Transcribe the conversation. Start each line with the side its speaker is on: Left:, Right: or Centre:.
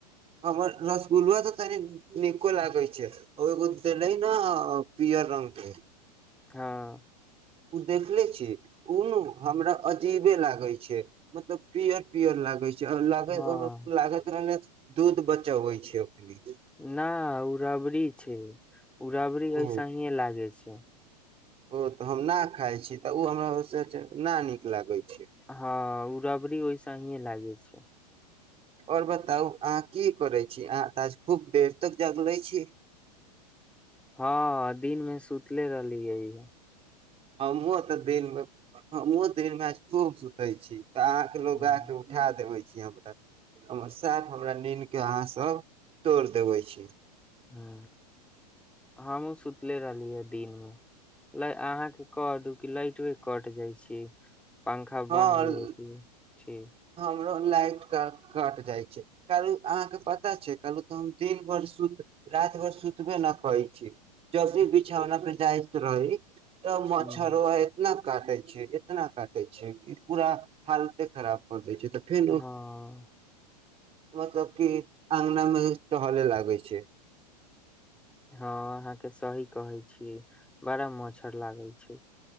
Right: हमर रसगुल्लाा तऽ तनि नीको लागै छै ओ एगो देले ने पियर रंग के
Centre: हँ
Right: ओ देखले छी ओ नू हमरा अजीबे लागे छै मतलब पियर पियर लागे छै लगाय
Centre: हँ
Right: ओ मे लागैत रहलय दूध बचबै छै अखनी
Centre: न ओ रबड़ी छै ओ रबड़ी ऐसहीेए
Right: ओ
Centre: लागे छै
Right: ओ तऽ हम न खााय छी तऽ ओ हमरा ओ न नीक लागैत
Centre: हँ ओ रबरी ओयस हीे लागय छै <inaudible>
Right: आओर बताउ अहाँ की करै छी अहाँ ताज खूब देर तक जागलै छी
Centre: हँ दिनमे सुतले रहली है इह
Right: हम व तऽ दिनमे हम दिनमे खूब सुतै छी तऽ अहा के लोग
Centre: हँ
Right: के उठा देबे धिया पुता के हमर साफ हमरा नीन के अहाँ सब तोड़ दे देबै छी
Centre: ह हमहुँ सुतले रहली ह दिन मे ल अहाँके कह दू कि लाइटे कट जाइ छी पंखा
Right: हँ
Centre: बन्द हो जाइ ठीक
Right: हमरो लाइट क कट जाइ छै। कहल अहाँके पता छै। कहलू तऽ हम दिन भर सुत राति भर सुतबे नहि करै छी। जब भी बिछौना पर जाइत रही, तऽ मचछरोाय
Centre: हँ
Right: ने, काटे छै इतना काटे छै। पूरा हालते खराब कर दै छै। तऽ फेर
Centre: हँ
Right: मतलब की अगना मेी टहले लागै छै।
Centre: ह अहाँ के सही कहे छीियै बड़ा मच्छर लागे छै।